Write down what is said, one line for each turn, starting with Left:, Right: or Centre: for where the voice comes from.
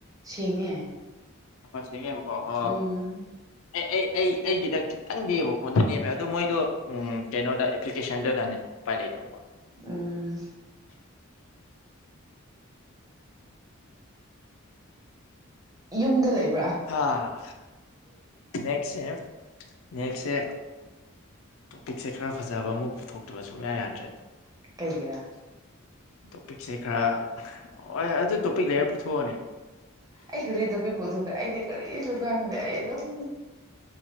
Right: ꯁꯦꯡꯉꯦ
Left: ꯐꯁ ꯁꯦꯡꯉꯦꯕꯀꯣ ꯑ
Right: ꯎꯝ
Left: ꯑꯩ ꯑꯩꯒꯤꯗ ꯈꯤꯇꯪ ꯅꯦꯕ ꯈꯣꯟꯗ ꯅꯦꯝꯃꯦ ꯑꯗꯣ ꯃꯣꯏꯗꯣ ꯀꯩꯅꯣꯗ ꯑꯦꯄ꯭ꯂꯤꯀꯦꯁꯟꯗꯨꯗꯅꯤꯅ ꯄꯥꯏ ꯂꯩꯇꯕꯀꯣ
Right: ꯎꯝ ꯌꯨꯝꯗ ꯂꯩꯕ
Left: ꯑꯥ ꯅꯦꯛꯁ ꯅꯦꯛꯁꯁꯦ ꯇꯣꯄꯤꯛꯁꯦ ꯈꯔ ꯐꯖꯕ ꯑꯃꯨꯛ ꯄꯨꯊꯣꯛꯇꯕ ꯁꯨꯛꯌꯥ ꯌꯥꯗ꯭ꯔꯦ
Right: ꯀꯩꯒꯤꯔ
Left: ꯇꯣꯄꯤꯛꯁꯦ ꯈꯔ ꯍ ꯑꯗꯨ ꯇꯣꯄꯤꯛ ꯂꯩꯔ ꯄꯨꯊꯣꯛꯑꯅꯦ
Right: ꯑꯩ ꯀꯔꯤ ꯇꯣꯞꯄꯤꯛ ꯄꯨꯊꯣꯛꯈ꯭ꯔꯦ ꯑꯩꯗꯤ ꯀꯔꯤꯁꯨ ꯈꯪꯗꯦ ꯑꯩ ꯑꯗꯨꯝ